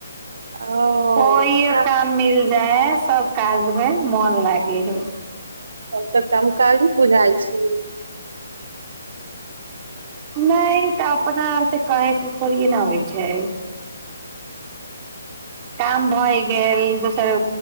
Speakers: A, on the right; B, on the right.
A: ओ
B: कोएयो
A: का-
B: काम मिलि जाय है, सभ काजमे मोन लागै हे।
A: तब तऽ काम काज बुझाइ छी।
B: नहि तऽ अपना आरसँ कहैसँ थोड़े ने होइ छै। काम भऽ गेल, दोसर